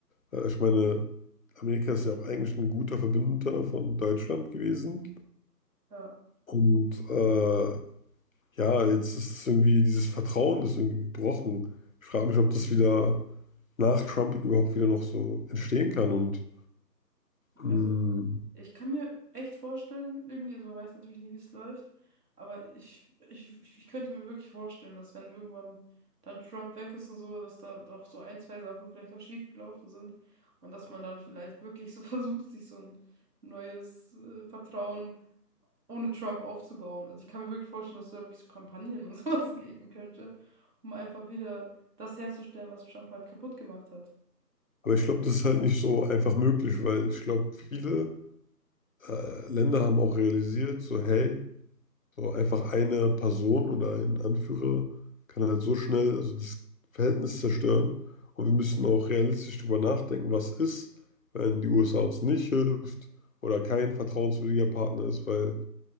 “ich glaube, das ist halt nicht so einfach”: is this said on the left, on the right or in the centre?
Left